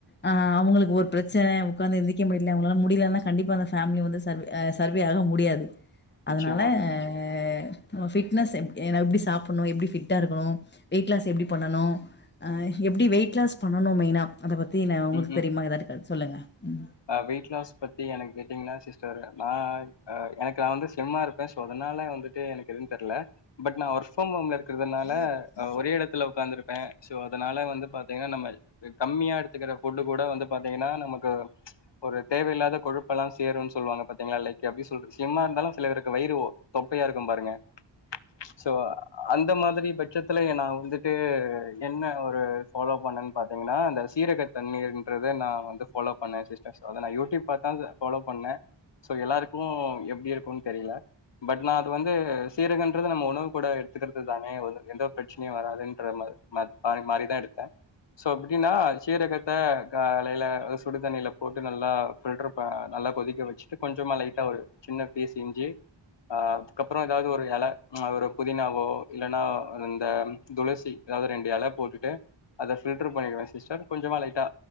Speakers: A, on the left; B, on the left.
A: ஆ அவுங்களுக்கு ஒரு பிரச்சன உக்காந்து எந்திரிக்க முடியல அவங்களால முடியலைன்னா கண்டிப்பா அந்த ஃபேமிலி வந்து சர் சர்வே ஆக முடியாது
B: நிச்சயமா
A: அதனால ஆ நம்ம ஃபிட்னஸ் எ எப்டி சாப்ணு எப்டி ஃபிட்டாக இருக்கணு வெயிட்லாஸ் எப்டி பண்ணணு அ எப்டி வெயிட் லாஸ் பண்ணனு மெய்னா அத பத்தி நா உங்களுக்கு
B: ம் ம்
A: தெரியுமா ஏதாது இருக்க சொல்லுங்க ம்
B: வெயிட் லாஸ் பத்தி எனக்கு கேட்டீங்கன்னா சிஸ்டர் நா எனக்கு நா வந்து சில்ம்மா இருக் ப்ளஸ் அதனால வந்துட்டு எனக்கு எதுன்னு தெர்ல பட் நா ஒர்க் ஃப்ரம் ஹோம் இருக்கிறதுனால ஒரே எடத்துல உக்காந்துருப்பே சோ அதனால வந்து பாத்தீங்கன்னா நம்ம கம்மியா எடுத்துக்கிற ஃபுட்டு் கூட வந்து பாத்தீங்கன்னா நமக்கு ஒரு தேவையில்லாத கொழுப்பெல்லா சேரும்ன்னு சொல்லுவாங்க பாத்தீங்ளா லைக் அப்டி சொல்ற சில்ம்மா இருந்தாலு சிலருக்கு வயிற ஓ தொப்பையா இருக்கு பாருங்க சோ அந்த மாதிரி பட்சத்துல நா வந்துட்டு என்ன ஒரு ஃபாலோ பண்ணு பாத்தீங்கன்னா இந்த சீரக தண்ணீன்றது நா வந்து ஃபாலோப் பண்ணே சிஸ்டர் அத நா யூடியூப் பாத்தா ஃபாலோ பண்ணே சோ எல்லாருக்கு எப்டி இருக்குன்னு தெரியல பட் நா அது வந்து சீரகன்றது நம்ம உணவு கூட எடுத்துக்கிறது தானே எந்த பிரச்சனையு வராதுன்ற மாரி மாத் மாரி மாரிதா எடுத்தே சோ எப்டின்னா சீரகத்த காலையில சுடு தண்ணில போட்டு நல்லா பில்டர் ப நல்லா கொதிக்க வச்சுட்டு கொஞ்சமா லைட்டாக ஒரு சின்ன பீஸ் இஞ்சி அதுக்கப்பற ஏதாவது ஒரு எல ஒரு புதினாவோ இல்லைனா இந்த துளசி ஏதாவது ரெண்டு எல போட்டுட்டு அத பில்டர் பண்ணிடுவே சிஸ்டர் கொஞ்சமா லைட்டா